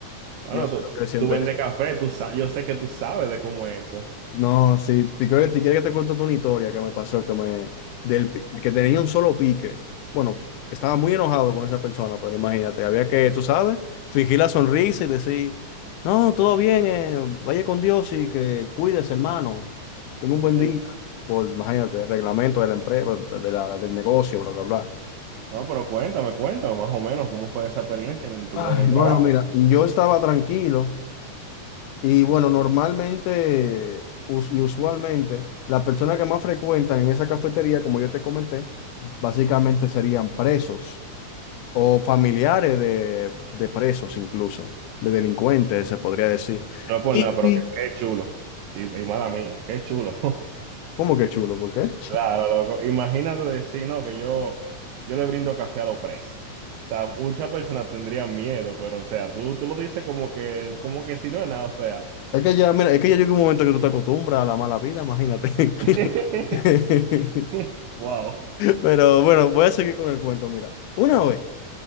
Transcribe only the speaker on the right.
bueno,
tú,
tú,
tú vendes
café, tú, sa- yo sé que tú sabes de cómo es eso.
Eh,
No, pero cuéntame, cuéntame más o menos cómo fue esa experiencia en tu
vida en el trabajo.
No es por
nada, pero
qué, qué chulo. Y, y mala mía, qué chulo. <laughs>
Claro, loco. Imagínate decir, no, que yo, yo le brindo café a los presos. O sea, muchas personas tendrían miedo, pero o sea, tú, tú lo dices como que, como que si no es nada, o sea.
<laughs>
Wow.
Eh,